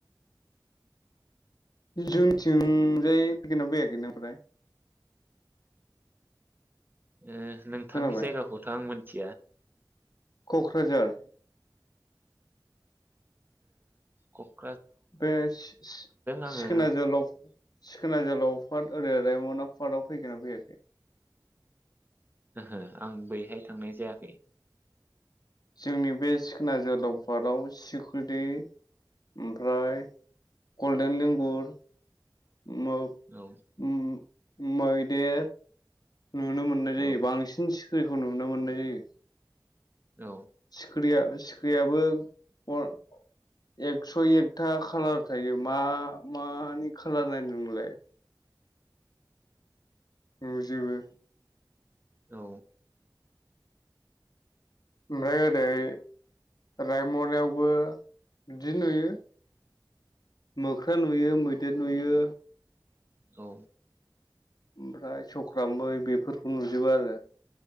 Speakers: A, on the left; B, on the right.
A: जोंनिथिंजाय फैगोन ना फैयाखै नों ओमफ्राय
B: ओ नोंथांनि
A: खोनाबाय
B: जायगाखौथ आं मोन <unintelligible>
A: कक्राझार
B: ओ क
A: बे सि-सि-सिखोना
B: आङो
A: जोहोलाव सिखोना जोहोलाव पार्क <unintelligible> रायमना पार्कआव फैखोना फैयाखै?
B: ओहो आं बैहाय थांनाय जायाखै।
A: जोंनि बे सिखोना जोहोलाव पार्काव सिखुलि ओमफ्राय गल्डेन लिंगुर <unintelligible>
B: औ
A: मैदेर नुनो मोननाय जायो
B: औ
A: बांसिन सि <unintelligible> नुनो मोननाय जायो।
B: औ
A: सिखिरिया सि ख्रियाबो <unintelligible> एकस एकथा खालार थायो मा मानि खालार नायनो नोंलाय नुजोबो।
B: औ
A: ओमफ्राय ओरै रायमनायावबो बिदि नुयो मोख्रा नुयो मैदेर नुयो
B: औ
A: ओमफ्राय सख्रा मै बेफोरखौ नुजोबो आरो।